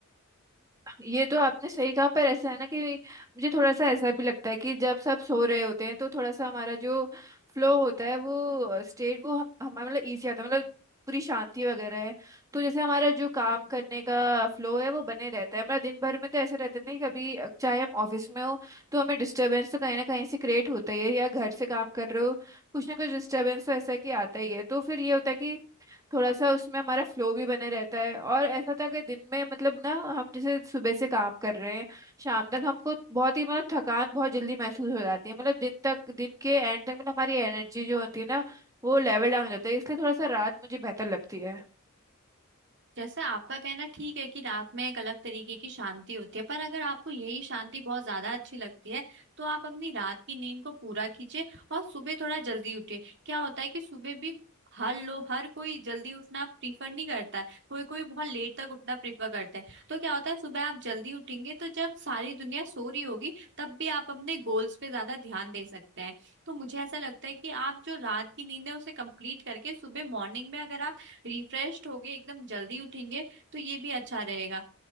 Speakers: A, on the right (about 15°); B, on the right (about 55°).
A: ये तो आपने सही कहा पर ऐसा है ना कि मुझे थोड़ा सा ऐसा भी लगता है कि जब सब सो रहे होते हैं तो थोड़ा सा हमारा जो फ्लो होता है वो स्टेट वो हम हमारा मतलब ईजी आता है मतलब पूरी शांति वगैरह है तो जैसे हमारा जो काम करने का फ्लो है वो बने रहता है हमारा दिन भर में तो ऐसे रहता नहीं कभी अ, चाहे हम ऑफिस में हो तो हमें डिस्टरबेंस तो कहीं ना कहीं से क्रिएट होता ही है या घर से काम कर रहे हो कुछ ना कुछ डिस्टरबेंस तो ऐसा कि आता ही है तो फिर ये होता है कि थोड़ा सा उसमें हमारा फ्लो भी बने रहता है और ऐसा था कि दिन में मतलब ना हम जैसे सुबह से काम कर रहे हैं शाम तक हमको बहुत ही मतलब थकान बहुत जल्दी महसूस हो जाती है मतलब दिन तक दिन के एंड तक मतलब हमारी एनर्जी जो होती है ना वो लेवल डाउन हो जाता है इसलिए थोड़ा सा रात मुझे बेहतर लगती है
B: जैसे आपका कहना ठीक है कि रात में एक अलग तरीके की शांति होती है पर अगर आपको यही शांति बहुत ज्यादा अच्छी लगती है तो आप अपनी रात की नींद को पूरा कीजिए और सुबह थोड़ा जल्दी उठिए क्या होता है कि सुबह भी हर लो हर कोई जल्दी उठना प्रीफर नहीं करता है कोई कोई बहुत लेट तक उठना प्रीफर करते हैं तो क्या होता है सुबह आप जल्दी उठेंगे तो जब सारी दुनिया सो रही होगी तब भी आप अपने गोल्स पे ज्यादा ध्यान दे सकते हैं तो मुझे ऐसा लगता है कि आप जो रात की नींद है उसे कंप्लीट करके सुबह मॉर्निंग में अगर आप रिफ्रेश्ड होगे एकदम जल्दी उठेंगे तो ये भी अच्छा रहेगा